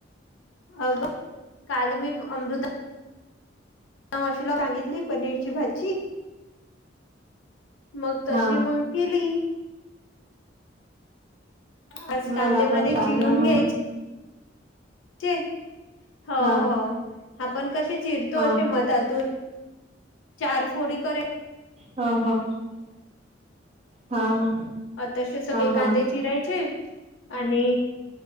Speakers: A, on the left; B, on the right.
A: अगं काल म अमृता आशुला सांगितली पनीरची भाजी मग तशी
B: हा
A: मग केली आज कांदेमध्ये
B: मला पण सांग
A: चिरून
B: ना
A: घ्यायचे
B: मग
A: हो
B: हा
A: हो आपण कसे चिरतो
B: हा
A: अशी मधातून चार फोडी कर
B: हा हा हा हा
A: अ तसे सगळे
B: ह
A: कांदे चिरायचे आणि